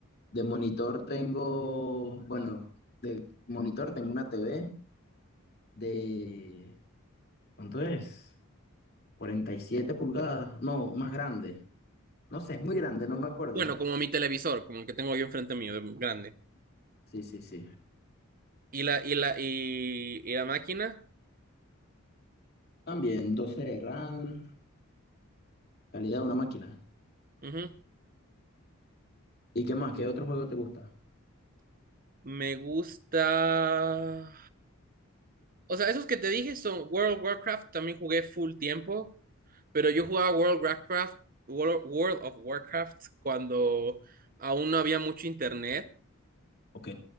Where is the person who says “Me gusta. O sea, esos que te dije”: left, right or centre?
Right